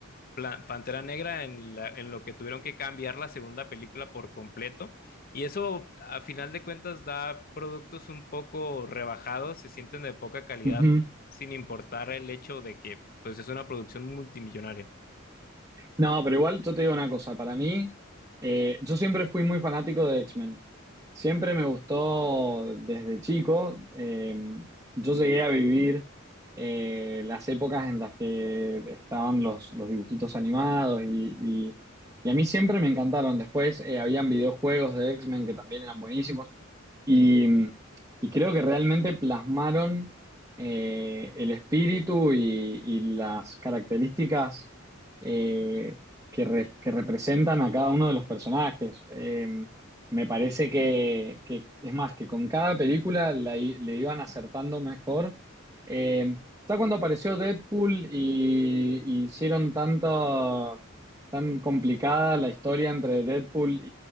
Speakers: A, on the left; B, on the right.
A: Pla- Pantera Negra en, la- en lo que tuvieron que cambiar la segunda película por completo. Y eso, a final de cuentas, da productos un poco rebajados, se sienten de poca calidad,
B: Ujú.
A: sin importar el hecho de que, pues, es una producción multimillonaria.
B: No, pero igual yo te digo una cosa, para mí, eh, yo siempre fui muy fanático de X-Men. Siempre me gustó desde chico. eh, yo llegué a vivir eh, las épocas en las que estaban los, los dibujitos animados y, y- y a mí siempre me encantaron. Después eh, habían videojuegos de X-Men que también eran buenísimos. Y, y creo que realmente plasmaron eh, el espíritu y, y las características eh, que, re- que representan a cada uno de los personajes. Eh, me parece que, que, es más, que con cada película la i- le iban acertando mejor. Eh, ya cuando apareció Deadpool y, y hicieron tanta, tan complicada la historia entre Deadpool